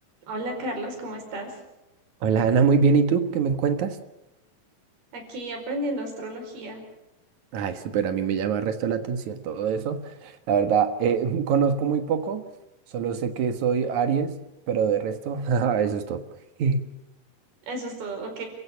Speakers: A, on the right; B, on the right.
A: Hola Carlos, ¿cómo estás?
B: Hola Ana, muy bien. ¿Y tú qué me cuentas?
A: Aquí aprendiendo astrología.
B: Ay, súper, a mí me llama el resto la atención todo eso. La verdad, eh, <laughs> conozco muy poco, solo sé que soy Aries, pero de resto, <laughs> ajá, eso es todo. <laughs>
A: Eso es todo. Ok.